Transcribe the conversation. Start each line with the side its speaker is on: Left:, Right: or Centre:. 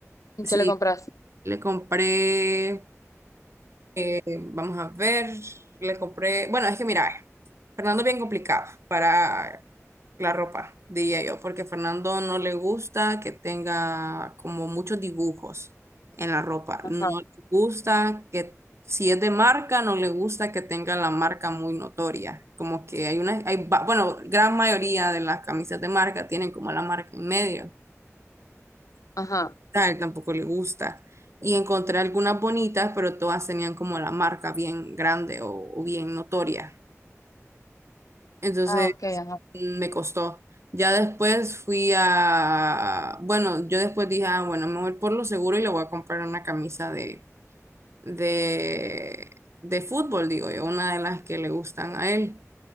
Right: Sí,
Left: ¿qué le compras?
Right: le compré. Este, vamos a ver, le compré, bueno, es que mira, eh, Fernando es bien complicado para la ropa, diría yo, porque a Fernando no le gusta que tenga como muchos dibujos en la ropa,
Left: Ajá,
Right: no le gusta que, si es de marca, no le gusta que tenga la marca muy notoria, como que hay una, hay, va- bueno, gran mayoría de las camisas de marca tienen como la marca en medio
Left: ajá.
Right: tal, tampoco le gusta. Y encontré algunas bonitas, pero todas tenían como la marca bien grande o, o bien notoria. Entonces
Left: Ah, ok, ajá.
Right: mm, me costó. Ya después fui a, bueno, yo después dije, ah, bueno, me voy por lo seguro y le voy a comprar una camisa de, de, de fútbol, digo yo, una de las que le gustan a él.